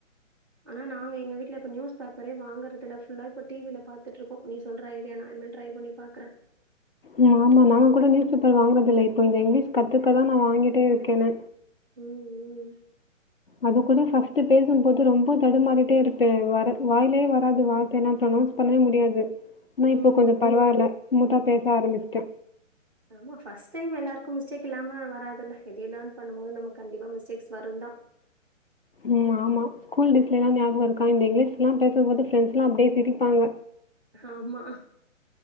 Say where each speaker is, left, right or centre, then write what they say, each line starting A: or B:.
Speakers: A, in the centre; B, on the left.
A: ஆனா நாங்க எங்க வீட்ல இப்ப நியூஸ் பேப்பரே வாங்கறதில்ல ஃபுல்லா இப்ப டி வில பாத்துட்ருக்கோ நீ சொல்ற ஐடியா நா இன்மேல் ட்ரை பண்ணி பாக்றே
B: ம் மாமா நாங்க கூட நியூஸ் பேப்பர வாங்றதில்லே இப்போ இந்த இங்கிலீஷ் கத்துக்கதா நா வாங்கிட்டே இருக்கேனே
A: ம் ம்
B: அது கூட ஃபர்ஸ்ட்டு பேசும்போது ரொம்ப தடுமாறிட்டே இருப்பே வர வாயிலே வராது வார்த்த நாப் ப்ரொனோன்ஸ் பண்ணவே முடியாது ஆனா இப்போ
A: ம்
B: கொஞ்சம்
A: ம்.
B: பரவால ஸ்மூத்தா பேச ஆரம்பிச்டே
A: ஆமா ஃபர்ஸ்ட் டைம் எல்லாருக்கும் மிஸ்டேக் இல்லாம வராதுல்ல எதியு லேர்ன் பண்ணும்மோது நமக் கண்டிப்பா மிஸ்டேக்ஸ் வருந்தா
B: ம் ஆமா ஸ்கூல் டேஸ்லிலா ஞாபகோ இருக்கா இந்த இங்கிலீஷ்லாம் பேசபோது ஃப்ரெண்ட்ஸ்லா அப்டியே சிரிப்பாங்க
A: ஆமா